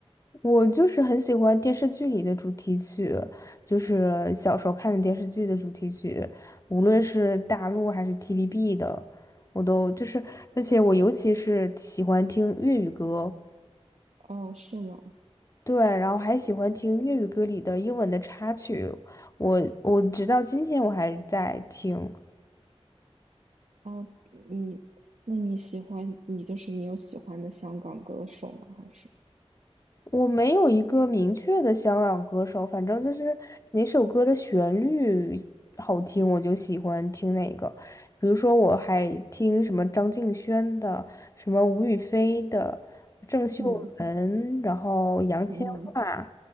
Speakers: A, on the left; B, on the right.
A: 我就是很喜欢电视剧里的主题曲，就是小时候看的电视剧的主题曲，无论是大陆还是 TVB 的，我都就是，而且我尤其是喜欢听粤语歌，
B: 哦，是吗？
A: 对，然后还喜欢听粤语歌里的英文的插曲，我我直到今天我还在听，
B: 哦，你，那你喜欢，你就是你有喜欢的香港歌手吗？还是，
A: 我没有一个明确的香港歌手，反正就是哪首歌的旋律好听，我就喜欢听哪个。比如说，我还听什么张敬轩的，什么吴雨霏的，郑秀文，
B: 嗯
A: 然后杨千嬅，
B: 嗯